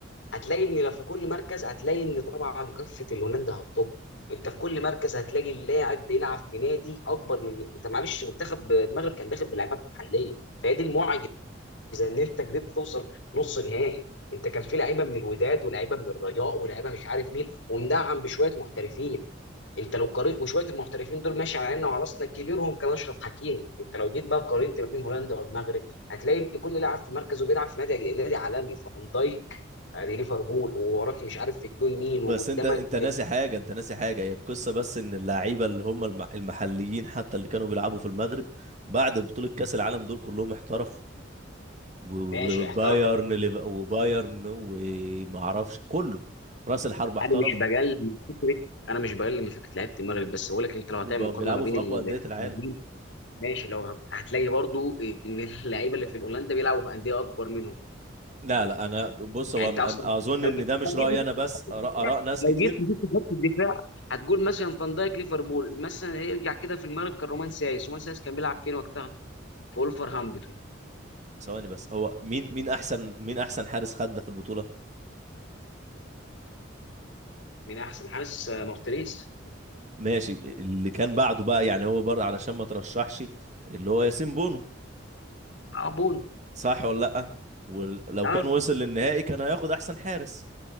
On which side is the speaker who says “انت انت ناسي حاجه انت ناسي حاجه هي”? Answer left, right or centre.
Right